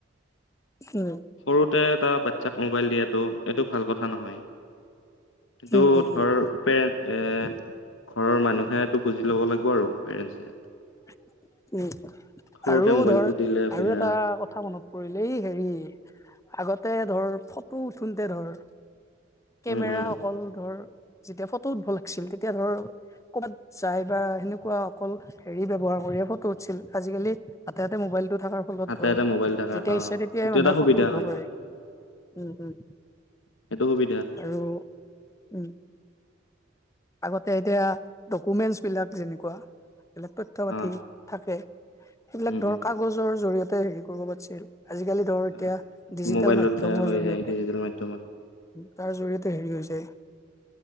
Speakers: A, on the left; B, on the left.
A: উম
B: সৰুতে এটা বাচ্ছাক মোবাইল দিয়াতটো এইটো ভাল কথা নহয়। কিটো
A: উম উম
B: ধৰ
A: উম
B: পেৰেণ্ট এ ঘৰৰ মানুহেটো বুজি ল'ব লাগিব আৰু। পেৰেনছে।
A: <inaudible> উম
B: সৰুতে
A: আৰু
B: মোবাইলটো
A: ধৰ
B: দিলে বেয়া
A: আৰু এটা কথা মনত পৰিলে এই হেৰি আগতে ধৰ ফটো উঠোতে ধৰ। কেমেৰা
B: উম উম
A: অকল ধৰ যেতিয়া ফটো উঠিব লাগিছিল। তেতিয়া ধৰ। ক'ৰবাত যাই বা সেনেকুৱা অকল হেৰি ব্যৱহাৰ কৰিছিল ফটো উঠিছিল আজিকালি হাতে মোবাইল টো থকাৰ ফলত
B: হাতে
A: ধৰ
B: হাতে মোবাইল থকা
A: যেতিয়া
B: অ
A: ইচ্ছা তেতিয়াই
B: সেইটো
A: মানুহে
B: এটা সুবিধা
A: ফটো উঠব
B: হয়।
A: পাৰে। উম উম
B: সেইটো সুবিধা
A: আৰু উম। আগতে এতিয়া ডকুমেন্টচ বিলাক যেনেকুৱা। এইবিলাক তথ্য পাতি
B: অ
A: থাকে সেইবিলাক
B: উম
A: ধৰ
B: উম
A: কাগজৰ জৰিয়তে হেৰি কৰিব পাৰিছিল। আজিকালি ধৰ এতিয়া
B: অ
A: ডিজিটেল
B: মোবাইলতে
A: মাধ্যমৰ
B: হৈ
A: জৰিয়তে
B: যায় ডিজিটেল মাধ্যমত
A: তাৰ জৰিয়তে হেৰি হৈছে